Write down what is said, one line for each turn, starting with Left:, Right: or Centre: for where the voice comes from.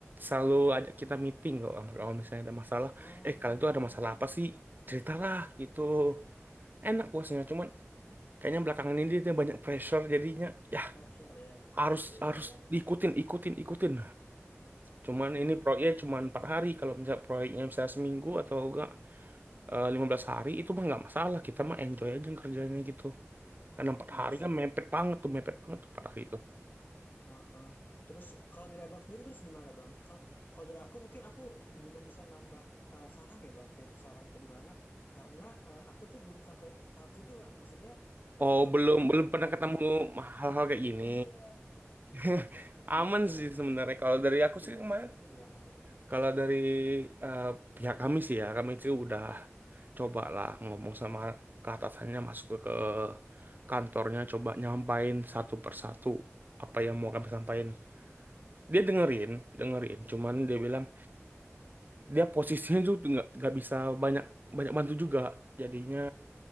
Right: selalu ajak kita meeting kok. Kalau misalnya ada masalah,
Left: Oh,
Right: eh kalian tuh ada masalah apa sih? Ceritalah gitu. Enak bosnya, cuman kayaknya belakangan ini dia banyak pressure jadinya ya
Left: pressure ya,
Right: harus
Left: Heeh sih
Right: harus
Left: kayaknya.
Right: diikutin, ikutin, ikutin. Cuman
Left: Hmm,
Right: ini proyeknya cuman
Left: iya,
Right: 4 hari. Kalau misalnya proyeknya misalnya seminggu atau enggak eh, 15 hari itu mah nggak masalah kita mah enjoy aja kerjanya gitu karena empat
Left: iya
Right: hari
Left: sih.
Right: kan mepet banget tuh mepet banget tuh empat hari itu
Left: Heeh. Terus kalau dari abang sendiri terus gimana bang? Kalau kalau dari aku mungkin aku belum bisa nambah eh, saran ya bang, kritik saran atau gimana? Karena eh, aku tuh belum sampai tahap situ bang. Maksudnya kantorku
Right: oh
Left: aman-aman
Right: belum
Left: aja
Right: belum pernah
Left: nih.
Right: ketemu
Left: <laughs>
Right: hal-hal kayak gini
Left: Iya.
Right: <laughs> aman
Left: Gimana tuh
Right: sih
Left: bang?
Right: sebenarnya
Left: Ya,
Right: kalau dari
Left: solusinya
Right: aku sih kemarin
Left: solusinya gimana tuh?
Right: kalau dari eh, pihak kami sih ya kami sih udah coba lah ngomong sama ke atasannya masuk ke, ke kantornya coba nyampain satu persatu apa yang mau kami sampaikan dia dengerin dengerin cuman dia bilang dia posisinya juga nggak nggak bisa banyak banyak bantu juga jadinya